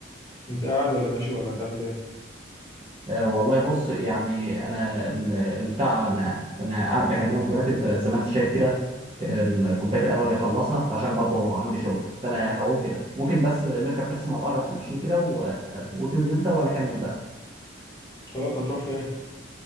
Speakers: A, on the left; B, on the right.
A: انت قاعد ولا ماشي ولا هتعمل ايه؟
B: آه، والله بص يعني انا ال- البتاع انا انا قاعد بكلمك دلوقتي انت زي ما انت شايف كده ال- كوبايه القهوه دي اخلصها عشان برضه عندي شغل فانا هقوم كده ممكن بس نركب تاكسي مع بعض واحنا ماشيين كده و... وتنزل انت وانا اكمل بقى
A: خلاص انت هتروح فين؟